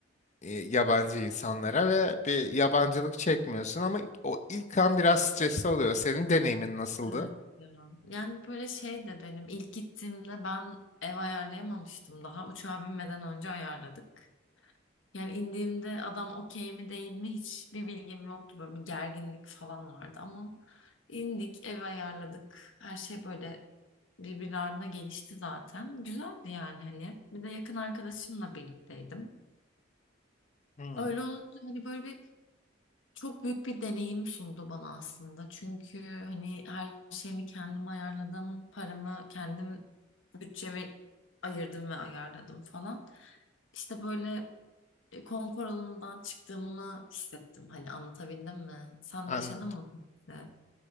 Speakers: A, on the left; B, on the left.
A: e, yabancı insanlara ve bir yabancılık çekmiyorsun ama o ilk an biraz stresli oluyor. Senin deneyimin nasıldı?
B: Evet ya. Yani böyle şey de benim ilk gittiğimde ben ev ayarlayamamıştım daha. Uçağa binmeden önce ayarladık. Yani indiğimde adam okey mi değil mi hiçbir bilgim yoktu. Böyle bir gerginlik falan vardı ama indik ev ayarladık. Her şey böyle birbirlerine gelişti zaten. Güzeldi yani hani. Bir de yakın arkadaşımla birlikteydim.
A: Hmm,
B: Öyle olunca hani böyle bir Çok büyük bir deneyim sundu bana aslında. Çünkü hani her şeyimi kendim ayarladım, paramı kendim bütçemi ayırdım ve ayarladım falan. İşte böyle e, konfor alanından çıktığımı hissettim. Hani anlatabildim mi? Sen
A: anladım.
B: de yaşadın mı? bu hissi?